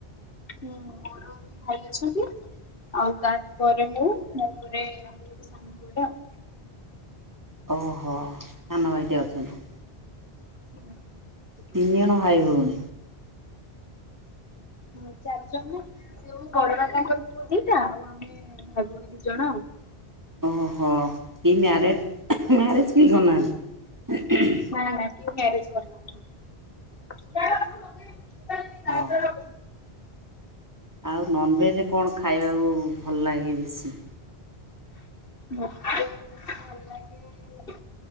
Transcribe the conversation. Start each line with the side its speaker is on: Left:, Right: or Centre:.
Left: ହୁଁ ମୋର ଭାଇ ଅଛନ୍ତି ଆଉ ତାପରେ ମୁଁ ମୋ ପରେ ସାନ ପୁଅ ଟେଆଉ।
Right: ଓହୋ ସାନ ଭାଇଟେ ଅଛନ୍ତି।
Left: <inaudible>
Right: ତିନି ଜଣ ଭାଇ ଭଉଣୀ।
Left: ହ ଚାରି ଜଣ ସେଉ ବଡ ବାପାଙ୍କର ପୁଅ ଦିଟା ଆଉ ଆମେ ଭାଇ ଭଉଣୀ ଦି ଜଣ ଆଉ।
Right: ଓହୋ କି ମ୍ୟାରେଜ ମ୍ୟାରେଜ କିଏ କରିନାହାନ୍ତି?
Left: ନା ନା କିଏ ମ୍ୟାରେଜ୍ କରିନାହାନ୍ତି। ମତେ ଭଲ ଲାଗେ
Right: ହଁ। ଆଉ ନନଭେଜରେ କଣ ଖାଇବାକୁ ଭଲ ଲାଗେ ବେଶୀ?
Left: ମତେ ଭଲ ଲାଗେ।